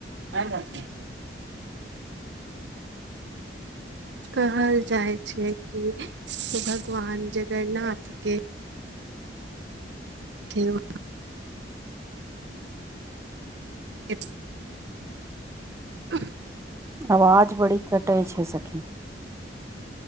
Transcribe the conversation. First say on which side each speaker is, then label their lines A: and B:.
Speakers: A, on the right; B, on the right.
A: <inaudible> कहल जाय छै कि भगवान जगरनाथ के <unintelligible> एपस <unintelligible> अ <unintelligible>
B: आवाज बड़ी कटै छै सखी